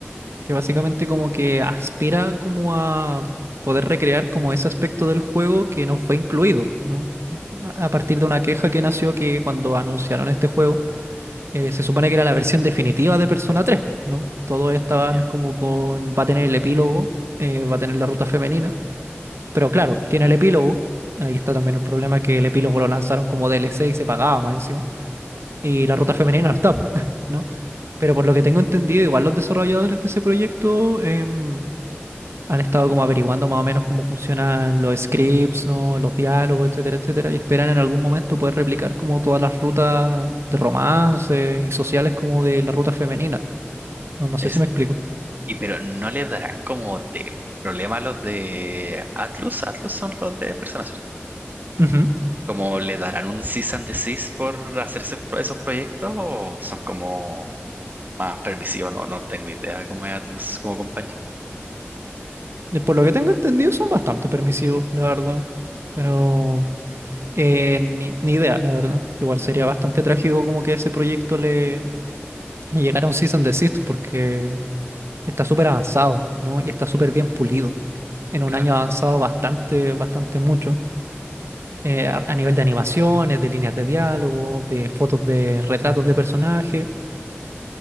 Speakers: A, on the right; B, on the right.
A: que básicamente como que aspira como a poder recrear como ese aspecto del juego que no fue incluido, ¿no? A partir de una queja que nació que cuando anunciaron este juego, eh, se supone que era la versión definitiva de Persona 3, ¿no? Todos estaban
B: Ya.
A: como con, va a tener el epílogo, eh, va a tener la ruta femenina, pero claro, tiene el epílogo, ahí está también el problema que el epílogo lo lanzaron como DLC y se pagaba más encima, y la ruta
B: Mm,
A: femenina no está, po, <laughs> ¿no? Pero por lo que tengo entendido, igual los desarrolladores de ese proyecto... em, han estado como averiguando más o menos cómo funcionan los scripts, ¿no? Los diálogos, etcétera, etcétera, y esperan en algún momento poder replicar como todas las rutas de romance y sociales como de la ruta femenina. No, no
B: es,
A: sé si me explico.
B: y pero no les darán como de problema a los de Atlus. Atlus son los de personas,
A: Ujú.
B: ¿Como le darán un cease and desist por hacer ese pro- esos proyectos o son como más permisivos? No, no tengo idea cómo es Atlus como compañía.
A: Y Por lo que tengo entendido son bastante permisivos, la verdad. Pero eh, ni, ni idea, la verdad. Igual sería bastante trágico como que a ese proyecto le, le llegara un cease and desist porque está súper avanzado, ¿no? Y está súper bien pulido. En un
B: Claro.
A: año ha avanzado bastante, bastante mucho. eh, a, a nivel de animaciones, de líneas de diálogo, de fotos de retratos de personaje.